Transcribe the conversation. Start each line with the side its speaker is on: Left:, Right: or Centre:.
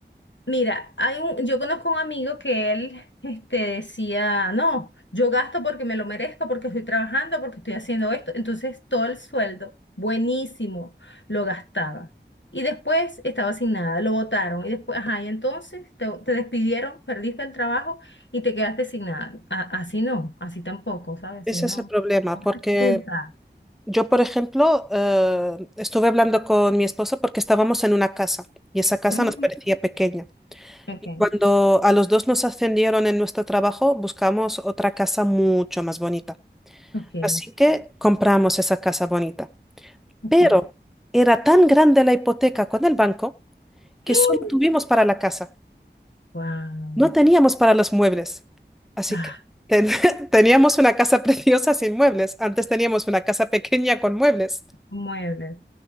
Left: Mira, hay un, yo conozco un amigo que él este, decía, no, yo gasto porque me lo merezco, porque estoy trabajando, porque estoy haciendo esto. Entonces todo el sueldo, buenísimo, lo gastaba. Y después estaba sin nada, lo botaron. Y después, ajá, y entonces te, te despidieron, perdiste el trabajo y te quedaste sin nada. A- así no, así tampoco, ¿sabes?
Centre: Ese
Left: Así no.
Centre: es el problema,
Left: no
Centre: porque
Left: Resulta.
Centre: yo, por ejemplo, eh, estuve hablando con mi esposo porque estábamos en una casa y esa casa
Left: Ujú,
Centre: nos parecía pequeña.
Left: Ok,
Centre: Y cuando a los dos nos ascendieron en nuestro trabajo, buscamos otra casa mucho más bonita.
Left: ok,
Centre: Así que compramos esa casa bonita.
Left: ok.
Centre: Pero era tan grande la hipoteca con el banco que
Left: <gasps>
Centre: solo tuvimos para la casa.
Left: Wow.
Centre: No teníamos para los muebles. Así
Left: Ah,
Centre: que ten- <laughs> teníamos una casa preciosa sin muebles. Antes teníamos una casa pequeña con muebles.
Left: muebles.